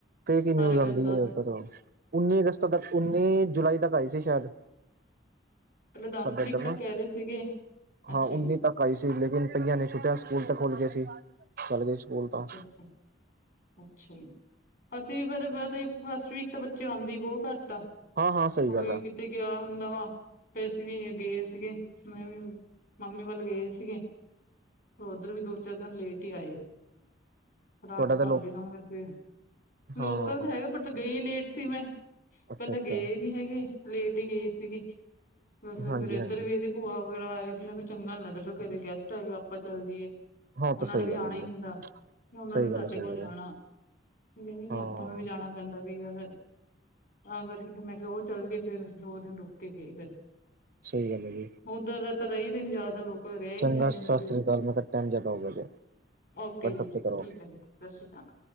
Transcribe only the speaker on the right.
ਫੇਕ ਹੀ
ਨਿਊਜ਼
ਆਂਦੀ
ਹੈ ਜ਼ਿਆਦਾਤਰ, ਉੱਨੀ ਅਗਸਤ ਤੱਕ, ਉੱਨੀ ਜੁਲਾਈ ਤੱਕ ਆਈ ਸੀ ਸ਼ਾਇਦ।
ਸਾਡੇ
ਇੱਧਰ
ਨਾ
ਹਾਂ ਉੱਨੀ
ਤੱਕ ਆਈ ਸੀ ਲੇਕਿਨ, ਕਈਆਂ ਨੇ ਸੋਚਿਆ ਸਕੂਲ ਤੇ ਖੁਲ ਗਏ ਸੀ, ਚੱਲ ਗਏ। ਸਕੂਲ ਤਾਂ
ਹਾਂ ਹਾਂ ਸਹੀ ਗੱਲ
ਆ
ਤੁਹਾਡਾ
ਤਾਂ ਲੋਕ
ਹਾਂ
ਅੱਛਾ
ਅੱਛਾ
ਹਾਂਜੀ
ਹਾਂਜੀ
ਹਾਂ
ਤਾਂ ਸਹੀ
ਗੱਲ
ਹੈ ਵੀਰੇ
ਸਹੀ
ਗੱਲ ਹੈ ਸਹੀ
ਗੱਲ
ਹੈ
ਹਾਂ
ਸਹੀ ਗੱਲ ਹੈ ਜੀ।
ਚੰਗਾ
ਸਸ
ਸ੍ਰੀ ਅਕਾਲ, ਮੈਂ ਕਿਹਾ ਟਾਈਮ ਜ਼ਿਆਦਾ ਹੋ ਗਿਆ ਜੇ।
ਵਟਸਐਪ
ਤੇ ਕਰੋ